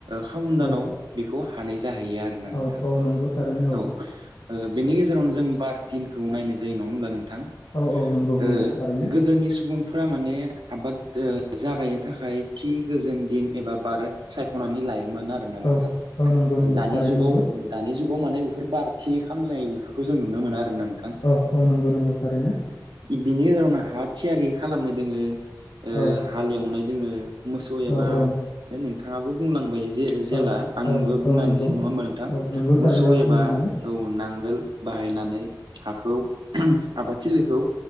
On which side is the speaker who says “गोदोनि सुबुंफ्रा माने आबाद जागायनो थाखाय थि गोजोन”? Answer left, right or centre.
Right